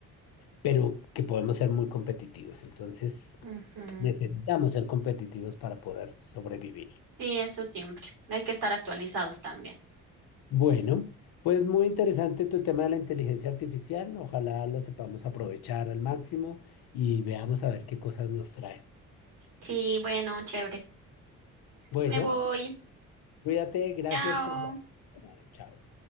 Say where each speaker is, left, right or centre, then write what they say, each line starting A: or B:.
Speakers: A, on the left; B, on the right.
A: pero que podemos ser muy competitivos. Entonces,
B: ujú.
A: necesitamos ser competitivos para poder sobrevivir.
B: Sí, eso siempre. Hay que estar actualizados también.
A: Bueno, pues muy interesante tu tema de la inteligencia artificial. Ojalá lo sepamos aprovechar al máximo y veamos a ver qué cosas nos trae.
B: Sí, bueno, chévere.
A: Bueno,
B: Me voy.
A: cuídate, gracias
B: Chao.
A: por la... llamada. Chao.